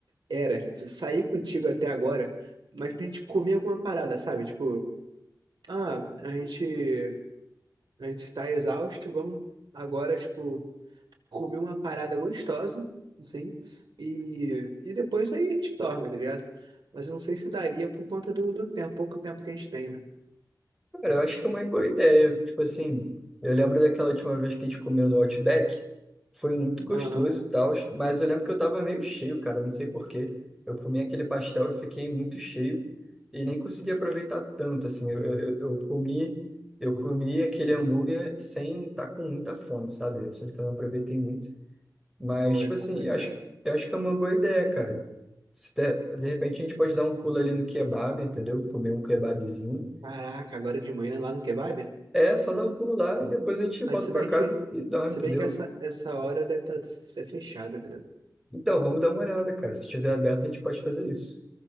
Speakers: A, on the right; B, in the centre.
A: Era, tipo, sair contigo até agora, mas pra gente comer alguma parada, sabe? Tipo, ah, a gente, a gente tá exausto, vamos agora, tipo, comer uma parada gostosa, assim, e, e depois aí a gente dorme, tá ligado? Mas eu não sei se daria por conta do, do tempo, pouco tempo que a gente tem, né?
B: Cara, eu acho que é uma boa ideia. Tipo assim, eu lembro daquela última vez que a gente comeu no Outback. Foi muito gostoso
A: Aham,
B: e tal, mas eu lembro que eu tava meio cheio, cara, não sei por quê. Eu comi aquele pastel e fiquei muito cheio e nem consegui aproveitar tanto, assim. Eu, eu, eu- comi, eu comi aquele hambúrguer sem estar tá com muita fome, sabe? Eu sinto que eu não aproveitei muito. Mas,
A: pô,
B: tipo
A: é complicado.
B: assim, eu acho, eu acho que é uma boa ideia, cara. Se der- de repente a gente pode dar um pulo ali no kebab, entendeu? Comer um kebabzinho.
A: Caraca, agora de manhã lá no kebab?
B: É, só dá um pulo lá e depois a gente volta
A: Mas se
B: pra
A: bem
B: casa
A: que,
B: e dorme,
A: se
B: entendeu?
A: bem que essa, essa hora deve estar fechada, cara.
B: Então, vamos dar uma olhada, cara. Se tiver aberto, a gente pode fazer isso.